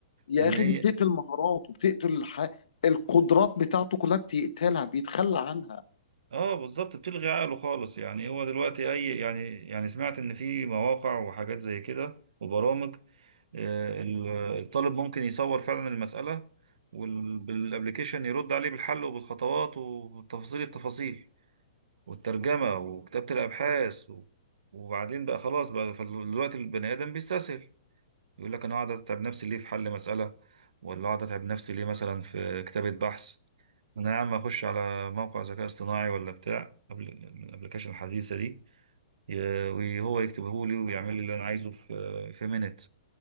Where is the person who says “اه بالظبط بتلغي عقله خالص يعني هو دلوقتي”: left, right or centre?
Right